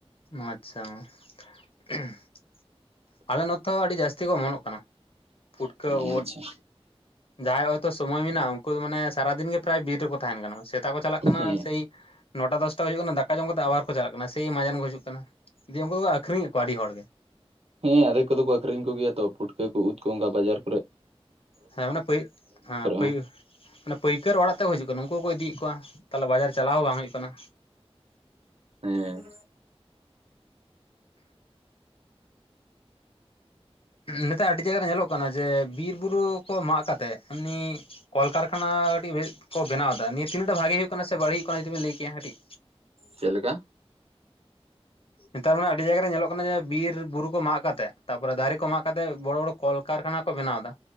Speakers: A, on the left (about 60°); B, on the right (about 70°).
A: ᱟᱪᱪᱷᱟ <unintelligible> ᱟᱞᱮ ᱱᱚᱛᱮ ᱦᱚᱸ ᱟᱹᱰᱤ ᱡᱟᱹᱥᱛᱤ ᱠᱚ ᱚᱢᱚᱱᱚᱜ ᱠᱟᱱᱟ ᱯᱩᱴᱠᱟᱹ
B: ᱦᱮᱸ
A: ᱩᱫᱼᱼ
B: ᱟᱪᱪᱷᱟ
A: ᱡᱟᱦᱟᱸᱭ ᱦᱚᱭᱛᱚ ᱥᱚᱢᱚᱭ ᱢᱮᱱᱟᱜᱼᱟ ᱩᱱᱠᱩ ᱫᱚ ᱢᱟᱱᱮ ᱥᱟᱨᱟ ᱫᱤᱱ ᱜᱮ ᱯᱨᱟᱭ ᱵᱤᱨ ᱨᱮᱠᱚ ᱛᱟᱦᱮᱱ ᱠᱟᱱᱟ ᱥᱮᱛᱟ ᱠᱚ ᱪᱟᱞᱟᱜ ᱠᱟᱱᱟ
B: ᱦᱮᱸ
A: ᱥᱮᱭ ᱱᱚᱴᱟ ᱫᱚᱥᱴᱟ ᱦᱩᱭᱩᱜ ᱠᱟᱱᱟ ᱫᱟᱠᱟ ᱡᱚᱢ ᱠᱟᱛᱮ ᱟᱵᱟᱨ ᱠᱚ ᱪᱟᱞᱟᱜ ᱠᱟᱱᱟ ᱥᱮᱭ ᱢᱟᱡᱟᱱ ᱠᱚ ᱦᱤᱡᱼᱼ ᱠᱟᱱᱟ ᱫᱤᱭ ᱩᱱᱠᱩ ᱫᱚᱠᱚ ᱟᱠᱷᱨᱤᱧ ᱮᱫ ᱠᱚᱣᱟ ᱟᱹᱰᱤ ᱦᱚᱲ ᱜᱮ
B: ᱦᱮᱸ ᱟᱫᱮᱠ ᱠᱚᱫᱚ ᱠᱚ ᱟᱠᱷᱨᱤᱧ ᱠᱚ ᱜᱮᱭᱟ ᱛᱚ ᱯᱩᱴᱠᱟᱹ ᱠᱚ ᱩᱫ ᱠᱚ ᱚᱝᱠᱟ ᱵᱟᱡᱟᱨ ᱠᱚᱨᱮᱜ
A: ᱦᱮᱸ ᱟᱱᱮ ᱯᱟᱹᱭ ᱦᱮᱸ ᱯᱟ.
B: ᱦᱚᱸ
A: ᱭ ᱢᱟᱱᱮ ᱯᱟᱹᱭᱠᱟᱹᱨ ᱚᱲᱟᱜ ᱛᱮᱠᱚ ᱦᱤᱡᱩᱜ ᱠᱟᱱᱟ ᱩᱝᱠᱩ ᱠᱚᱠᱚ ᱤᱫᱤᱭ ᱮᱫ ᱠᱚᱣᱟ ᱛᱟᱦᱚᱞᱮ ᱵᱟᱡᱟᱨᱼᱼ ᱪᱟᱞᱟᱣ ᱵᱟᱝ ᱦᱩᱭᱩᱜ ᱠᱟᱱᱟ
B: ᱦᱮᱸ
A: ᱱᱮᱛᱟᱨ ᱟᱹᱰᱤ ᱡᱟᱭᱜᱟ ᱨᱮ ᱧᱮᱞᱚᱜ ᱠᱟᱱᱟ ᱡᱮ ᱵᱤᱨ ᱵᱩᱨᱩ ᱠᱚ ᱢᱟᱜ ᱠᱟᱛᱮᱫ ᱮᱢᱱᱤᱼᱼ ᱠᱚᱞᱠᱟᱨᱠᱷᱟᱱᱟ ᱠᱟᱹᱴᱤᱡ ᱵᱮᱥᱴ ᱠᱚ ᱵᱮᱱᱟᱣ ᱫᱟ ᱱᱤᱭᱟᱹ ᱛᱤᱱᱟᱹᱜ ᱴᱟᱜ ᱵᱷᱟᱜᱮ ᱦᱩᱭᱩᱜ ᱠᱟᱱᱟ ᱥᱮ ᱵᱟᱹᱲᱤᱡ ᱦᱩᱭᱩᱜ ᱠᱟᱱᱟ ᱡᱚᱫᱤᱵᱤᱱ ᱞᱟᱹᱭ ᱠᱮᱭᱟ ᱠᱟᱹᱴᱤᱡᱼᱼ
B: ᱪᱮᱫ ᱞᱮᱠᱟᱼᱼ
A: ᱱᱮᱛᱟᱨ ᱢᱟ ᱟᱹᱰᱤ ᱡᱟᱭᱜᱟ ᱨᱮ ᱧᱮᱞᱚᱜ ᱠᱟᱱᱟ ᱡᱮ ᱵᱤᱨ ᱵᱩᱨᱩ ᱠᱚ ᱢᱟᱜ ᱠᱟᱛᱮᱜ ᱛᱟᱯᱚᱨᱮ ᱫᱟᱨᱮ ᱠᱚ ᱢᱟᱜ ᱠᱟᱛᱮ ᱵᱚᱲᱚ ᱵᱚᱲᱚᱼᱼ ᱠᱚᱞᱠᱟᱨᱠᱷᱟᱱᱟ ᱠᱚ ᱵᱮᱱᱟᱣ ᱮᱫᱟ